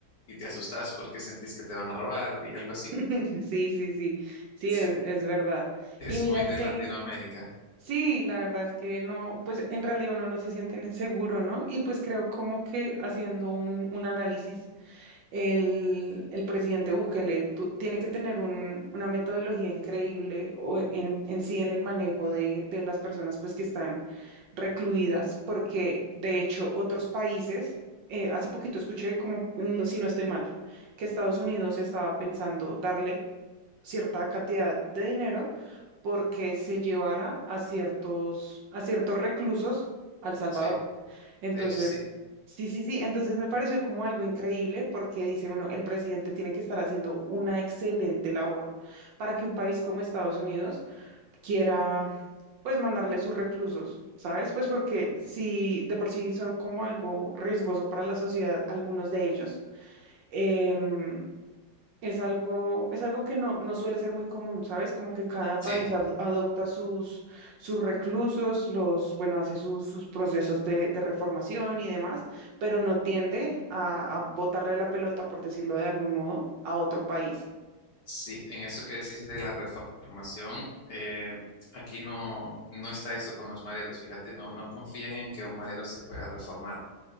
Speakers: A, on the left; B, on the right.
A: y te asustas porque sentís que te van a robar y algo así.
B: <laughs> Sí, sí, sí, sí,
A: Sí,
B: es, es verdad.
A: es
B: Y mira
A: muy de
B: que
A: Latinoamérica.
B: Sí, la verdad es que no, pues en realidad uno no se siente ne- seguro, ¿no? Y pues creo como que haciendo un, un análisis, el, el presidente Bukele tu- tiene que tener un- una metodología increíble o en, en sí en el manejo de, de las personas pues que están recluidas, porque de hecho otros países, eh, hace poquito escuché como, no- si no estoy mal, que Estados Unidos estaba pensando darle cierta cantidad de dinero porque se llevara a ciertos, a ciertos reclusos al Salvador.
A: Sí,
B: Entonces,
A: de hecho sí.
B: sí, sí, sí, entonces me pareció como algo increíble porque dice uno, el presidente tiene que estar haciendo una excelente labor para que un país como Estados Unidos quiera, pues, mandarle sus reclusos. ¿Sabes? Pues porque si de por sí son como algo riesgoso para la sociedad, algunos de ellos, em, es algo, es algo que no, no suele ser muy común, ¿sabes? Como que cada
A: Sí,
B: país ad- adopta sus, sus reclusos, los, bueno, hace sus, sus procesos de, de reformación y demás, pero no tiende a, a botarle la pelota, por decirlo de algún modo, a otro país.
A: sí, en eso que decís de la reformación, eh, aquí no, no está eso con los maderos. Fíjate, no, no confían en que un madero se pueda reformar.